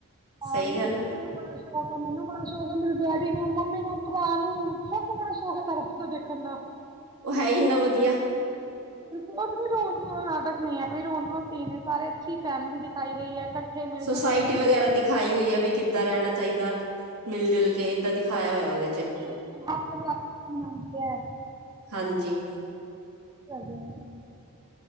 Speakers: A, on the right (about 20°); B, on the right (about 80°).
A: ਹਾਂ
B: ਸਹੀ
A: ਮੇਰੇ
B: ਗੱਲ
A: ਜੀਜੂ
B: ਆ
A: ਨੂੰ ਬੜਾ ਸ਼ ਸ਼ੌਕ ਆ ਮੈਨੂੰ ਬੜਾ ਸ਼ੌਕ ਐ। ਮੇਰੇ ਡੈਡੀ ਨੂੰ, ਮੰਮੀ ਨੂੰ, ਭਰਾ ਨੂੰ ਸਭ ਨੂੰ ਬੜਾ ਸ਼ੌਕ ਐ ਤਰਸ ਦਾ ਦੇਖਣ ਦਾ।
B: ਓ ਹੈ ਈ ਇੰਨਾ ਵਧੀਆ।
A: <unintelligible> ਰੋਣ ਧੋਣ ਦਾ ਨਾਟਕ ਨੀ ਐ ਕੋਈ ਰੋਣ ਦਾ ਸੀਨ ਸਾਰੇ ਅੱਛੀ ਫੈਮਿਲੀ ਦਿਖਾਈ ਗਈ ਏ ਇਕੱਠੇ ਮਿਲ-ਜੁਲ
B: ਸੁਸਾਇਟੀ
A: ਕੇ ਰਹਿੰਦੇ
B: ਵਗੈਰਾ
A: ਐ।
B: ਦਿਖਾਈ ਹੋਈ ਆ ਵੀ ਕਿੱਦਾਂ ਰਹਿਣਾ ਚਾਹੀਦਾ ਮਿਲ-ਜੁਲ ਕੇ ਏਦਾਂ ਦਿਖਾਇਆ ਹੋਇਆ ਓਦੇ ਚ।
A: <unintelligible> ਆਂਦੀ ਐ।
B: ਹਾਂਜੀ
A: ਘਰ ਦੇ ਅੰਦਰ